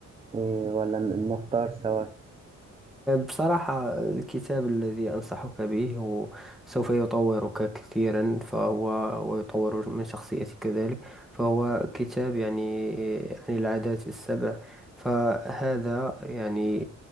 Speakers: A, on the right; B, in the centre.
A: إيه ولا ن- نختار سوا
B: بصراحة الكتاب الذي أنصحك به هو سوف يطورك كثيرا فهو ويطور من شخصيتك كذلك فهو كتاب يعني عن العادات السبع فهذا يعني